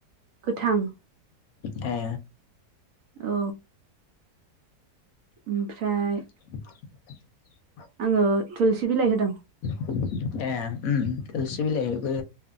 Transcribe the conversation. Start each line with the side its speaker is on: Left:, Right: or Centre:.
Right: गोथां।
Left: ए
Right: औ ओमफ्राय
Left: <inaudible>
Right: आङो थुलसि बिलाइ होदों।
Left: ए ओम थुलसि बिलाइ बेबो